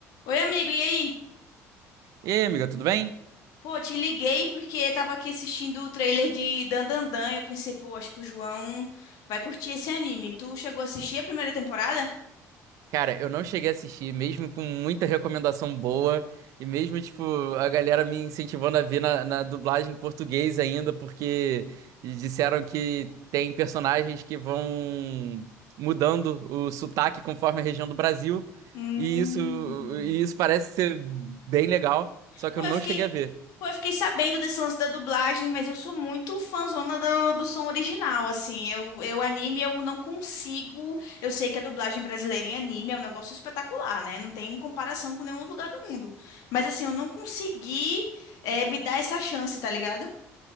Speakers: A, on the left; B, on the right.
A: Oi, amigo, e aí?
B: E aí, amiga, tudo bem?
A: Pô, te liguei porque tava aqui assistindo o trailer de Dandandan e eu pensei, pô, acho que o João vai curtir esse anime. Tu chegou a assistir a primeira temporada?
B: Cara, eu não cheguei a assistir, mesmo com muita recomendação boa, e mesmo, tipo, a galera me incentivando a ver na, na dublagem em português ainda, porque disseram que tem personagens que vão mudando o sotaque conforme a região do Brasil,
A: Hum.
B: e isso, e isso parece ser bem legal, só que
A: Pô,
B: eu
A: eu
B: não
A: fiquei,
B: cheguei a ver.
A: pô, eu fiquei sabendo desse lance da dublagem, mas eu sou muito fãzona do, do som original, assim. Eu, eu anime, eu não consigo. Eu sei que a dublagem brasileira em anime é um negócio espetacular, né? Não tem comparação com nenhum lugar do mundo. Mas assim, eu não consegui, eh, me dar essa chance, tá ligado?